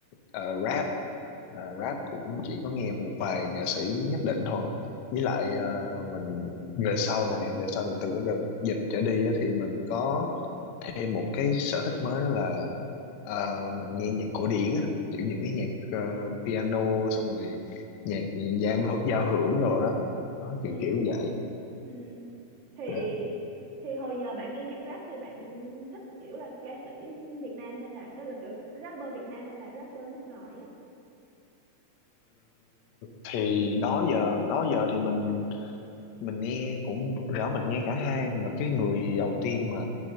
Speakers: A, on the left; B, on the right.
A: ờ, rap Ờ, rap cũng chỉ có nghe một vài nghệ sĩ nhất định thôi với lại ờ, mình về sau này về sau này từ cái đợt dịch trở đi á, thì mình có thêm một cái sở thích mới đó là ờ, mình nghe nhạc cổ điển á kiểu những cái nhạc ờ, piano xong rồi nhạc giao, giao hưởng đồ đó đó
B: Ừ.
A: kiểu kiểu như vậy
B: Ừ. thì
A: Ờ,
B: thì hồi giờ bạn nghe nhạc rap thì bạn thích kiểu là ca sĩ Việt Nam hay là đó là kiểu rapper Việt Nam hay là rapper nước ngoài á
A: thì đó giờ đó giờ thì mình mình nghe cũng rõ mình nghe cả hai mà cái người đầu tiên mà